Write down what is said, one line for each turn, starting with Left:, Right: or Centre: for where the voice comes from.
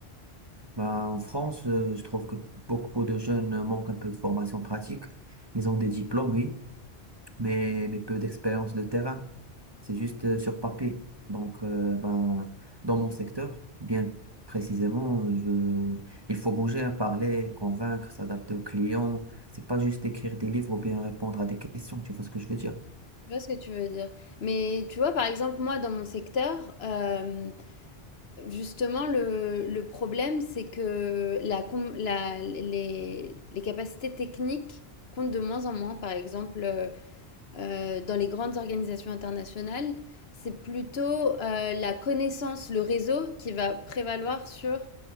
Right: Ben en France, euh, je trouve que beaucoup de jeunes euh, manquent un peu de formation pratique. Ils ont des diplômes, oui, mais, mais peu d'expérience de terrain. C'est juste euh, sur papier. Donc, euh, ben, dans mon secteur, bien précisément, je... il faut bouger, hein, parler, convaincre, s'adapter aux clients. C'est pas juste écrire des livres ou bien répondre à des questions. Tu vois ce que je veux dire?
Left: Je vois ce que tu veux dire. Mais tu vois, par exemple, moi, dans mon secteur, euh, justement, le, le problème, c'est que la, com- la- les, les capacités techniques comptent de moins en moins. Par exemple, euh, euh, dans les grandes organisations internationales, c'est plutôt euh, la connaissance, le réseau qui va prévaloir sur